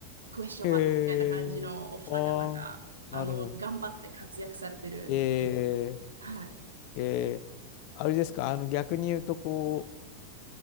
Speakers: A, on the right (about 75°); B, on the left (about 45°).
A: クエスチョンマークみたいな感じのお二方が、
B: へえ。ああ、
A: あの、
B: なるほど。
A: 頑張って活躍されてる。
B: え
A: はい。
B: ー、えー、あれですか、あの逆に言うと、こう、